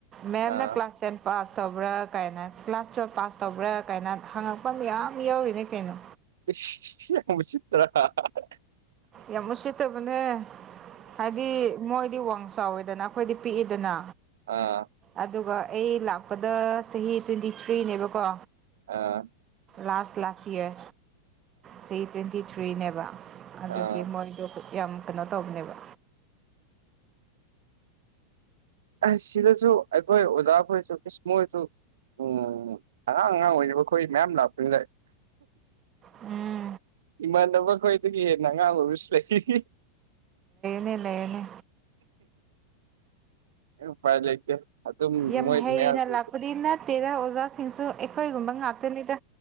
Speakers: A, on the right; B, on the right.
A: ꯃꯦꯝ
B: ꯑꯥ
A: ꯅ ꯀ꯭ꯂꯥꯁ ꯇꯦꯟ ꯄꯥꯁ ꯇꯧꯕ꯭ꯔꯥ ꯀꯥꯏꯅ ꯀ꯭ꯂꯥꯁ ꯇꯨꯌꯦꯜꯞ ꯄꯥꯁ ꯇꯧꯕ꯭ꯔꯥ ꯀꯥꯏꯅ ꯍꯪꯉꯛꯄ ꯃꯌꯥꯝ ꯌꯥꯎꯔꯤꯅꯦ ꯀꯩꯅꯣ
B: <unintelligible>
A: ꯌꯥꯝ ꯃꯨꯠꯁꯤꯠꯇꯕꯅꯦ ꯍꯥꯏꯗꯤ ꯃꯣꯏꯗꯤ ꯋꯥꯡ ꯆꯥꯎꯋꯦꯗꯅ ꯑꯩꯈꯣꯏꯗꯤ ꯄꯤꯛꯏꯗꯅ
B: ꯑꯥ
A: ꯑꯗꯨꯒ ꯑꯩ ꯂꯥꯛꯄꯗ ꯆꯍꯤ ꯇ꯭ꯋꯦꯟꯇꯤ ꯊ꯭ꯔꯤꯅꯦꯕꯀꯣ
B: ꯑꯥ
A: ꯂꯥꯁ ꯂꯥꯁ ꯏꯔ ꯁꯤ ꯇ꯭ꯋꯦꯟꯇꯤ ꯊ꯭ꯔꯤꯅꯦꯕ ꯑꯗꯨ
B: ꯑꯥ
A: ꯃꯣꯏꯗꯣ ꯌꯥꯝ ꯀꯩꯅꯣ ꯇꯧꯕꯅꯦꯕ
B: ꯑꯁ ꯁꯤꯗꯁꯨ ꯑꯩꯈꯣꯏ ꯑꯣꯖꯥꯈ ꯑꯣꯏꯔꯁꯨ ꯀ꯭ꯔꯤꯁꯃ ꯑꯣꯏꯔꯁꯨ ꯎꯝ ꯑꯉꯥꯡ ꯑꯉꯥꯡ ꯑꯣꯏꯔꯤꯕ ꯑꯩꯈꯣꯏ ꯃꯌꯥꯝ ꯂꯥꯛꯄꯅꯤ ꯂꯥꯏ
A: ꯎꯝ
B: ꯏꯃꯥꯟꯅꯕ ꯈꯈꯣꯏꯗꯒꯤ ꯍꯦꯟꯅ ꯑꯉꯥꯡ ꯑꯣꯏ ꯑꯃꯁꯁꯨ ꯂꯩ
A: ꯅ ꯂꯩꯅꯦ
B: ꯑꯩ ꯎꯄꯥꯏ ꯂꯩꯇꯦ ꯑꯗꯨꯝ
A: ꯌꯥꯝ
B: ꯃꯣꯏ
A: ꯍꯩꯅ
B: ꯃꯌꯥꯝꯁꯨ
A: ꯂꯥꯛꯄꯗꯤ ꯅꯠꯇꯦꯗ ꯑꯣꯖꯥꯁꯤꯡꯁꯨ ꯑꯩꯈꯣꯏꯒꯨꯝꯕ ꯉꯥꯛꯇꯅꯤꯗ